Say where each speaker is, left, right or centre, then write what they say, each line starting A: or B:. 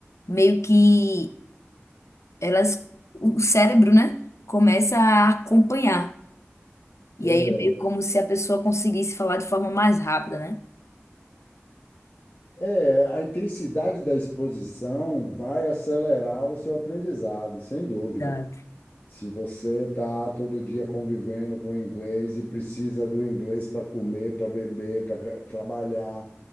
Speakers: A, on the left; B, on the left.
A: meio que. elas, o cérebro, né, começa a acompanhar. E
B: É,
A: aí é meio como se a pessoa conseguisse falar de forma mais rápida, né?
B: é, a intensidade da exposição vai acelerar o seu aprendizado, sem dúvida.
A: Exato.
B: Se você está todo dia convivendo com inglês e precisa do inglês para comer, para beber, para trabalhar,